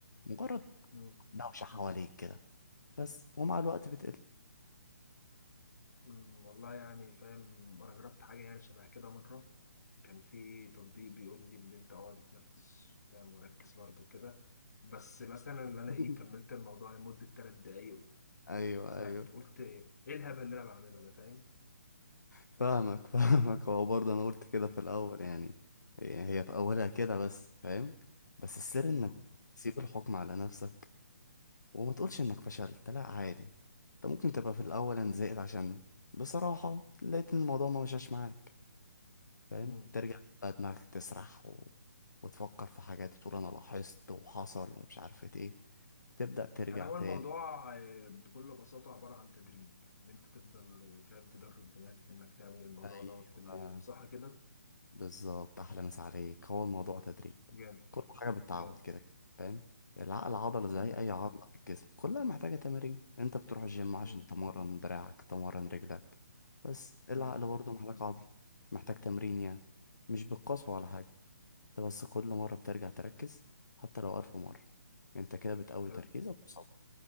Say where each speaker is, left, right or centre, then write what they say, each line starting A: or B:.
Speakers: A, on the left (about 80°); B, on the left (about 65°).
A: مجرد
B: م-
A: دوشة حواليك كده بس ومع الوقت بتقل
B: م- والله يعني فاهم انا جربت حاجه يعني شبه كده مره كان في تطبيق بيقول لي ان انت اقعد تتنفس فاهم مركز برضه كده بس مثلا ان انا
A: <laughs>
B: ايه كملت الموضوع لمده ثلاث دقايق و-
A: ايوه
B: وزهقت
A: ايوه
B: قلت ايه الهبل اللي انا بعمله ده فاهم
A: فاهمك <laughs> فاهمك هو برضه انا قلت كده
B: مم.
A: في الاول يعني يعني هي في اولها كده بس فاهم بس السر انك
B: مم.
A: تسيب الحكم على نفسك وما تقولش انك فشلت لا عادي انت ممكن تبقى في الاول انا زهقت عشان بصراحة لقيت ان الموضوع ما مشاش معاك فاهم
B: مم.
A: ترجع بقى دماغك تسرح و... وتفكر في حاجات وتقول انا لاحظت وحصل ومش عارف ايه بتبدأ ترجع
B: يعني هو
A: تاني
B: الموضوع آه، بكل بساطة عبارة عن تدريب إن أنت تفضل آه، فاهم تدرب دماغك إنك تعمل الموضوع
A: ايوه
B: دوت كل يوم صح كده؟
A: بالظبط احلى مسا عليك هو الموضوع تدريب
B: جامد
A: كل حاجه بالتعود
B: جامد
A: كده كده فاهم العقل عضله زي
B: مم.
A: اي عضله في الجسم كلها محتاجه تمارين انت بتروح الجيم عشان
B: مم.
A: تمرن دراعك تمرن رجلك بس
B: مم.
A: العقل برضه محتاج عضله محتاج تمرين يعني مش بالقسوه ولا حاجه انت بس كل مره بترجع تركز حتى لو الف مره انت كده بتقوي
B: حلو
A: تركيزك وصبرك